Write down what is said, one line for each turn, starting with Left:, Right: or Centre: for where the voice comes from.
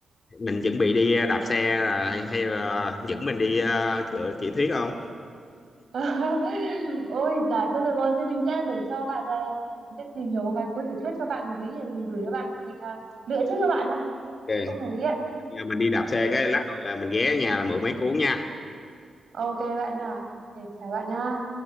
Left: mình chuẩn bị đi đạp xe là hay, hay là dẫn mình đi à, lựa tiểu thuyết không
Right: <laughs> Ôi giời, thôi được rồi, thế mình sẽ để cho bạn ờ, mình sẽ tìm hiểu một vài cuốn tiểu thuyết cho bạn hợp lý để mình gửi cho bạn, mình ờ, lựa trước cho bạn nha.
Left: Ok.
Right: Cũng hợp lý ấy.
Left: Giờ mình đi đạp xe
Right: Ok.
Left: cái lát là mình ghé ở nhà là mượn mấy cuốn nha
Right: Ok bạn nha. Ok, chào bạn nha.